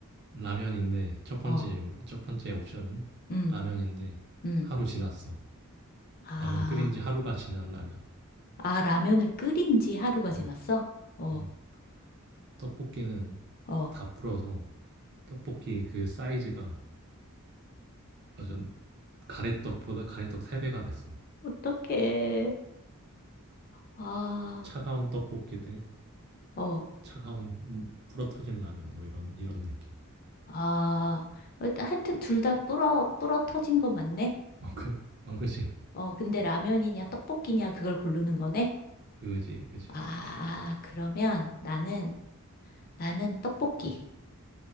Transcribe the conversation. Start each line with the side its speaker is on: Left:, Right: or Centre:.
Right: 라면인데 첫 번째
Left: 어.
Right: 질문- 첫 번째 옵션은
Left: 음.
Right: 라면인데
Left: 음.
Right: 하루 지났어.
Left: 아,
Right: 라면 끓인 지 하루가 지난 라면.
Left: 아, 라면을 끓인 지 하루가
Right: 어,
Left: 지났어? 어,
Right: 음. 떡볶이는
Left: 어.
Right: 다 불어서 떡볶이 그 사이즈가 완전 가래떡보다 가래떡 3배가 됐어.
Left: 어떡해. 아,
Right: 차가운 떡볶이 대
Left: 어,
Right: 차가운 음, 불어 터진 라면 뭐 이런 이런 느낌.
Left: 아. 일단 하여튼 둘 다 불어, 불어 터진 건 맞네?
Right: 어, 그, 어, 그지,
Left: 어, 근데 라면이냐, 떡볶이냐, 그걸 고르는 거네?
Right: 그지, 그지.
Left: 아, 그러면 나는, 나는 떡볶이.